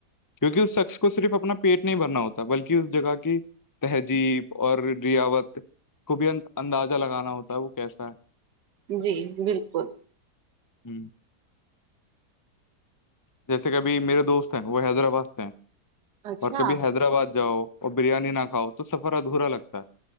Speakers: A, on the left; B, on the right.
A: کیونکہ اس شخص کو صرف اپنا پیٹ نہیں بھرنا ہوتا بلکہ اس جگہ کی تہذیب اور روایات کو بھی اندازہ لگانا ہوتا ہے وہ کیسا ہے
B: جی بالکل
A: ہ جیسے کبھی میرے دوست ہیں وہ حیدرآباد سے ہیں
B: اچھا
A: اور کبھی حیدرآباد جاؤ اور بریانی نہ کھاؤ تو سفر ادھورا لگتا ہے